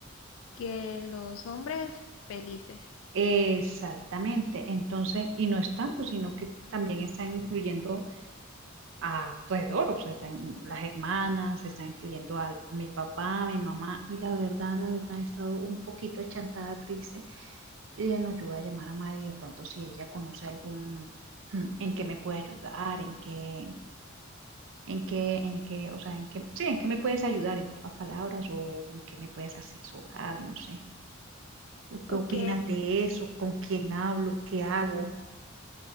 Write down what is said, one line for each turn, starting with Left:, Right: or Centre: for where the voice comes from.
Left: que los hombres felices.
Right: exactamente. Entonces, y no es tanto, sino que también están influyendo a alrededor, o sea, están las hermanas, están influyendo a mi papá, mi mamá, y la verdad, la verdad, he estado un poquito achantada, triste. Yo dije, no, yo voy a llamar a Mari de pronto si ella conoce algún, <clears throat> en qué me puede ayudar, en qué ¿En qué, en qué, o sea, en qué, sí, en qué me puedes ayudar en pocas palabras o en qué me puedes asesorar? No sé. ¿Tú qué
Left: Ok,
Right: opinas de eso? ¿Con quién hablo? ¿Qué hago?